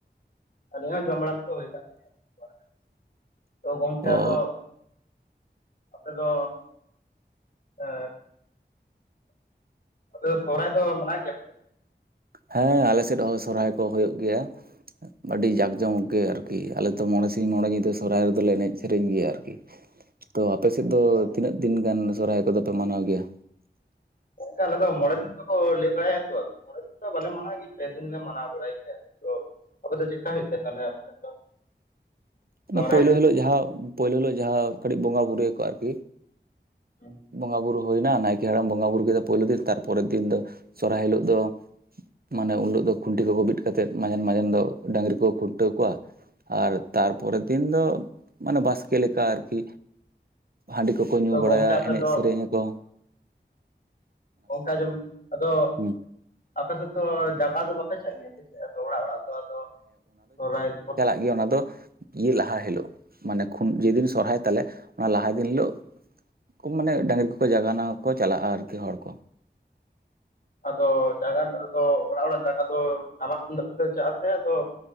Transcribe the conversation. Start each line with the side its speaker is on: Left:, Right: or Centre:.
Left: ᱟᱞᱮ ᱦᱚᱸ ᱡᱚᱢ ᱵᱟᱲᱟ ᱱᱤᱛᱚᱜ ᱦᱩᱭ ᱠᱟᱱ ᱛᱟᱞᱮᱭᱟ <inaudible> ᱛᱚ ᱜᱚᱝᱠᱮ
Right: ᱚ
Left: ᱟᱫᱚᱼᱼ ᱟᱯᱮ ᱫᱚ ᱮᱸ᱾ ᱟᱫᱚ ᱥᱚᱦᱨᱟᱭ ᱫᱚ ᱢᱟᱱᱟᱣ ᱜᱮᱭᱟᱯ
Right: ᱦᱮᱸ ᱟᱞᱮ ᱥᱮᱫ ᱦᱚᱸ ᱥᱚᱨᱦᱟᱭ ᱠᱚ ᱦᱳᱭᱳᱜ ᱜᱮᱭᱟ᱾ ᱟᱹᱰᱤ ᱡᱟᱠ ᱡᱚᱢᱚᱠ ᱜᱮ ᱟᱨ ᱠᱤ ᱟᱞᱮ ᱛᱚ ᱢᱚᱬᱮ ᱥᱤᱧ ᱢᱚᱬᱮ ᱧᱤᱫᱟᱹ ᱥᱚᱨᱦᱟᱭ ᱨᱮᱫᱚ ᱞᱮ ᱮᱱᱮᱡ ᱥᱮᱨᱮᱧ ᱜᱮᱭᱟ᱾ ᱟᱨ ᱠᱤ᱾ ᱛᱚ ᱟᱯᱮ ᱥᱮᱫ ᱫᱚ
Left: ᱵᱟᱝ?
Right: ᱛᱤᱱᱟᱹᱜ ᱫᱤᱱ ᱜᱟᱱ ᱥᱚᱨᱦᱟᱭ ᱠᱚᱫᱚ ᱯᱮ ᱢᱟᱱᱟᱣ ᱜᱮᱭᱟ?
Left: ᱚᱱᱠᱟ ᱟᱞᱮ ᱫᱚ ᱢᱚᱬᱮ ᱫᱤᱱ ᱛᱚ ᱠᱚ ᱞᱟᱹᱭ ᱵᱟᱲᱟᱭᱟ ᱛᱚ, ᱟᱨ ᱯᱚᱨᱮ ᱵᱟᱞᱮ ᱢᱟᱱᱟᱣ ᱜᱤ ᱯᱮ ᱫᱤᱱ ᱞᱮ ᱢᱟᱱᱟᱣ ᱵᱟᱲᱟᱭ ᱜᱮᱭᱟ ᱛᱚ ᱟᱯᱮ ᱫᱚ ᱪᱮᱫᱠᱟ ᱦᱩᱭᱩᱜ ᱠᱮᱭᱟ ᱛᱮ ᱛᱟᱦᱚᱞᱮ ᱟᱯᱮ ᱫᱚ? ᱥᱚᱦᱨᱟᱭ
Right: ᱯᱳᱭᱞᱳ
Left: ᱫᱚ?
Right: ᱦᱤᱞᱳᱜ ᱡᱟᱦᱟᱸ ᱯᱳᱭᱞᱳ ᱦᱤᱞᱳᱜ ᱡᱟᱦᱟᱸ ᱠᱟᱹᱴᱤᱡ ᱵᱚᱸᱜᱟ ᱵᱳᱨᱳ ᱭᱟ ᱠᱳ ᱟᱨ ᱠᱤ᱾
Left: ᱚᱸ᱾ <inaudible>
Right: ᱵᱚᱸᱜᱟ ᱵᱩᱨᱩ ᱦᱩᱳᱱᱟ ᱱᱟᱭᱠᱮ‌ ᱦᱟᱲᱟᱢ‌ ᱵᱚᱝᱜᱟ ᱵᱳᱨᱳ ᱠᱮᱫᱟ ᱯᱳᱭᱞᱳ ᱫᱤᱱ ᱛᱟᱨᱯᱚᱨᱮ ᱫᱤᱱ ᱫᱚ ᱥᱚᱨᱦᱟᱭ ᱦᱤᱞᱳᱜ ᱫᱚ᱾ ᱢᱟᱱᱮ ᱩᱱ ᱦᱤᱞᱳᱜ ᱫᱚ ᱠᱷᱩᱱᱴᱤ ᱠᱚᱠᱚ ᱵᱤᱫ ᱠᱟᱛᱮᱫ ᱢᱟᱧᱡᱟᱱ ᱢᱟᱸᱡᱟᱱ ᱫᱚ ᱰᱟᱝᱜᱽᱨᱤ ᱠᱚ ᱠᱷᱩᱱᱴᱟᱹᱣ ᱠᱚᱣᱟ᱾ ᱟᱨ ᱛᱟᱨᱯᱚᱨᱮ ᱫᱤᱱ ᱫᱚ ᱢᱟᱱᱮ ᱵᱟᱥᱠᱮ ᱞᱮᱠᱟ ᱟᱨ ᱠᱤ ᱦᱟᱸᱰᱤ ᱠᱚ ᱠᱚ ᱧᱩ
Left: ᱛᱚ
Right: ᱵᱟᱲᱟᱭᱟ
Left: ᱜᱚᱝᱠᱮ ᱟᱯᱮ
Right: ᱮᱱᱮᱡ
Left: ᱫᱚ
Right: ᱥᱮᱨᱮᱧᱟ ᱠᱚ᱾
Left: ᱚᱝᱠᱟ ᱡᱚᱢ ᱟᱫᱚ
Right: ᱦᱩᱸ
Left: ᱟᱯᱮ ᱥᱮᱫ ᱫᱚ ᱡᱟᱜᱟᱣ ᱫᱚ ᱵᱟᱯ ᱯᱮ ᱪᱟᱜ ᱜᱮᱭᱟ ᱥᱮ ᱪᱮᱫ ᱟᱫᱚ ᱚᱲᱟᱜ ᱚᱲᱟᱜ ᱫᱚ ᱟᱫᱚ ᱥᱚᱨᱟᱭᱚ ᱠᱚᱛᱼᱼ
Right: ᱜᱮ ᱚᱱᱟ ᱫᱚ ᱤᱭᱟᱹ ᱞᱟᱦᱟ ᱦᱤᱞᱳᱜ ᱢᱟᱱᱮ ᱠᱷᱩᱱ ᱡᱮ ᱫᱤᱱ ᱥᱚᱨᱦᱟᱭ ᱛᱟᱞᱮ ᱚᱱᱟ ᱞᱟᱦᱟ ᱫᱤᱱ ᱦᱤᱞᱳᱜ ᱠᱩ ᱢᱟᱱᱮ ᱰᱟᱹᱝᱜᱽᱨᱤ ᱠᱚᱠᱚ ᱡᱟᱜᱟᱣᱱᱟ ᱠᱚ ᱪᱟᱞᱟᱜ-ᱟ ᱟᱨ ᱠᱤ ᱦᱚᱲ ᱠᱚ᱾
Left: ᱟᱫᱚ ᱡᱟᱜᱟᱣᱱᱟᱜ ᱨᱮᱫᱚ ᱚᱲᱟᱜ ᱚᱲᱟᱜ ᱡᱟᱜᱟᱣ ᱫᱚ ᱴᱟᱢᱟᱠ ᱛᱩᱢᱫᱟᱜ ᱛᱮ ᱯᱮ ᱪᱟᱜ ᱟᱥᱮ ᱟᱫᱚ